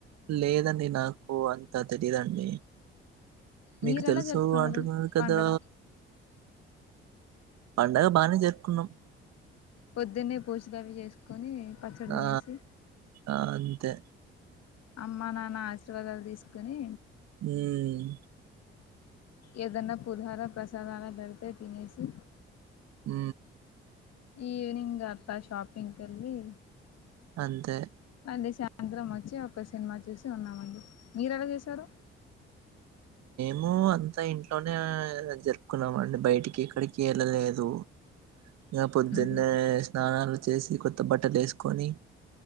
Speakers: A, on the right; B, on the left.
A: లేదండి నాకు అంతా తెలిదండి మీకు
B: మీరెలా
A: తెలుసు
B: జరుపుకున్నారు
A: అంటున్నారు కదా
B: పండగ
A: పండగ బానే జరుపుకున్నాము
B: పొద్దున్నే పూజాలు అవి చేసుకొని పచ్చడి
A: నా
B: తినేసి
A: ఆ అంతే
B: అమ్మ నాన్న ఆశీర్వాదాలు తీసుకొని
A: మ్మ్
B: ఏదన్నా పుధార ప్రసాదాల బెడితే తినేసి
A: ఊ
B: ఈవనింగ్ అత్త షాపింగ్ కెళ్ళి
A: అంతే
B: అనుదే సాయంత్రం వచ్చి ఒక సినిమా చూసి ఉన్నామండి మీరు ఎలా చేశారు
A: ము అంతా ఇంట్లోనే జరుపుకున్నాము అండి బయటికి ఎక్కడికి వెళ్ళలేదు ఇగా పొద్దున్నే
B: ఉహు
A: స్నానాలు చేసి కొత్త బట్టలు వేసుకొని